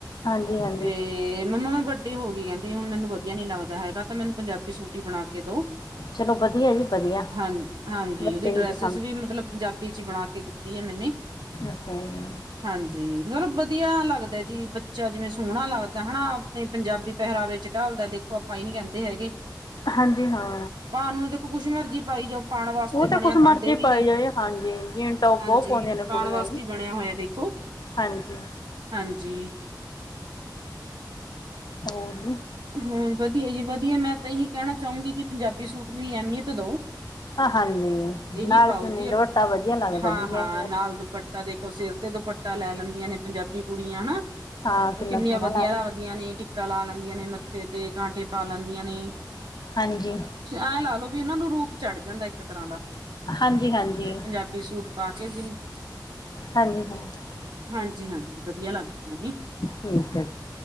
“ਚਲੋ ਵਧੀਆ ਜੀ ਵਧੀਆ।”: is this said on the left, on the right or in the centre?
Left